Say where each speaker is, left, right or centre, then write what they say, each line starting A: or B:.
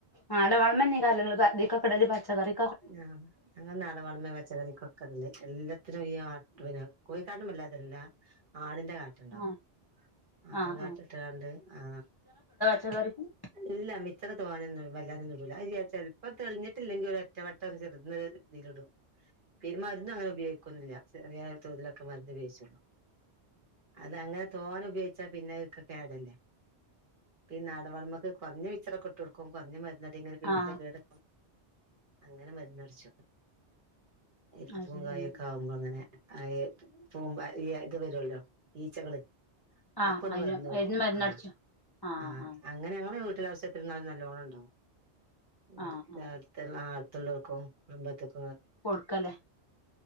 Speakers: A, on the left (about 30°); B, on the right (about 50°).
A: ആ അ <unintelligible> അതിക്കൊക്കടല് പച്ചക്കറി
B: ങാ അങ്ങന്നാട വളമ വച്ചതെനിക്കൊക്കെണ്ട് എല്ലാത്തിനും ഈ ആട്ട്ന കോയി കാരമല്ലാതെല്ലാം ആടി <unintelligible>
A: ആഹ്
B: ആട്ടും
A: ആഹ്
B: കാട്ട ഇട്ടാണ്ട് ആ
A: ച്ചക്കറിക്കും
B: ഇല്ല മിച്ചറ് തോനെ ഒന്നും വല്ലാതെന്നും ഇടൂല്ല <unintelligible> ചെലപ്പോ തെളിഞ്ഞിട്ടില്ലെങ്കിൽ ഒരു ഒറ്റവട്ടം ചെറുന്നനെ ഇതിലിടും പിന്നെ മരുന്നു അങ്ങനെ ഉപയോഗിക്കൊന്നില്ല ചെറിയ തോതിലൊക്കെ മരുന്ന് ഉപയോഗിച്ചുള്ളൂ അതങ്ങനെ തോനെ ഉപയോഗിച്ചാ പിന്നൊക്കെ കേടര്ല്ലേ പിന്നെ <unintelligible> ത് കൊറ്ഞ്ഞെ മിച്ചറൊക്കെ ഇട്ടൊട്ക്കും കൊറ്ഞ്ഞ മ- ന്നതെങ്ങനെ <unintelligible>
A: ആഹ്
B: അങ്ങനെ മരുന്നേട്ച്ചോ <unintelligible>
A: അത്
B: പൂവ്
A: ശരി
B: കായൊക്കെ
A: ഉം
B: ആവുമ്പോ അങ്ങനെ അയ് <unintelligible> ഈ ഇത് വരോല്ലോ ഈച്ചകള്
A: ആഹ്
B: അപ്പൊന്ന്
A: അയിന്
B: <unintelligible> കൊടുക്കും
A: അയിന് മരുന്നടിച്ചു
B: ആ
A: ആഹ്
B: ആ
A: ആഹ്
B: അ ഞങ്ങളെ വീട്ടില <unintelligible> നല്ലോണം ഇണ്ടാവും <unintelligible>
A: ആഹ്
B: രാവില്ത്തള്ള
A: ആഹ്
B: ആൾ തുള്ളോർക്കും കുടുംബത്തക്ക്
A: കൊട്ക്കല്ലേ